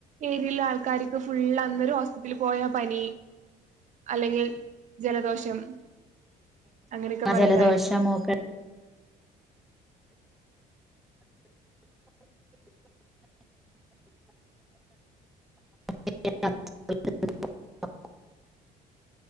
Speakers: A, on the right; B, in the centre.
A: ഏരിയുള്ളൊരാൾക്കാര് ക്ക് ഫുള്ള് അന്നൊരു ഹോസ്പിറ്റലിൽ പോയാ പനി, അല്ലെങ്കിൽ ജലദോഷം അങ്ങനെയൊക്കെ പറഞ്ഞിട്ടായിരിക്കും.
B: ജലദോഷം മൂക്കടപ്പ് <unintelligible>